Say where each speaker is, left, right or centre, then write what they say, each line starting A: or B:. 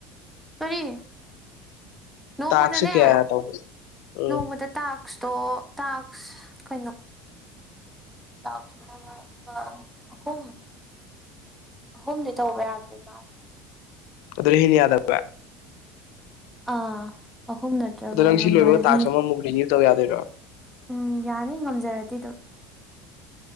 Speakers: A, in the centre; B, on the left (about 70°).
A: ꯀꯔꯤ ꯅꯣꯡꯃꯗꯅꯦ
B: ꯇꯥꯛꯁꯦ ꯀꯌꯥ ꯇꯧꯕ ꯎꯝ
A: ꯅꯣꯡꯃꯗ ꯇꯥꯛꯁ ꯇꯣ ꯇꯥꯛꯁ ꯀꯩꯅꯣ <unintelligible> ꯑꯍꯨꯝ ꯑꯍꯨꯝꯗꯤ ꯇꯧꯕ ꯌꯥꯔꯝꯗꯨꯏ ꯃꯥꯂꯦ
B: ꯑꯗꯨꯗꯩ ꯍꯦꯟꯅ ꯌꯥꯗꯕ꯭ꯔꯥ
A: ꯑꯥ ꯑꯍꯨꯝ ꯅꯠꯇ꯭ꯔꯒꯅ
B: ꯑꯗꯣ ꯅꯪ ꯁꯤ ꯂꯣꯏꯕ
A: ꯃꯔꯤ
B: ꯇꯥꯛꯁ ꯑꯃꯃꯨꯛ ꯔꯤꯅ꯭ꯌꯨ ꯇꯧ ꯌꯥꯗꯨꯏꯔꯣ
A: ꯎꯝ ꯌꯥꯅꯤ ꯉꯝꯖꯔꯗꯤ ꯑꯗꯨꯝ